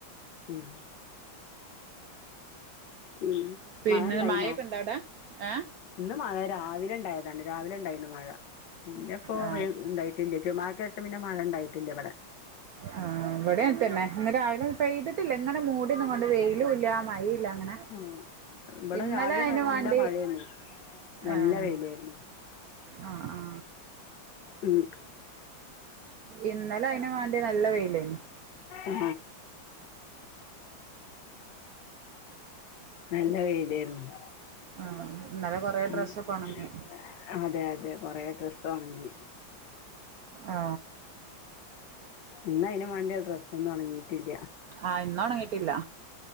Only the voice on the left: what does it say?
ഉം ഉം
മഴ ഇണ്ടായിനോ
ഇന്ന് മഴ രാവിലെ ഉണ്ടായതാണ് രാവിലെ ഉണ്ടായിണ് മഴ പിന്നെ പോവ
ഉണ്ടായിട്ടില്ലേ അത്യാവശ്യം പിന്നെ മഴ ഇണ്ടായിട്ടില്ല ഇവിടെ
ആ. ഇവിടെ
രാവിലെ
നല്ല
മഴയായിരുന്നു നല്ല
വെയിലായിരുന്നു
ഉം.
ആ നല്ല വെയിലെർന്നു
<unintelligible>
അതെ അതെ കൊറെ ഡ്ര ത്തൊണങ്ങി
ഇന്ന് അയിനും വാണ്ടിഡ്രസ്സ് ഒന്നും ഉണങ്ങിയിട്ടില്യ.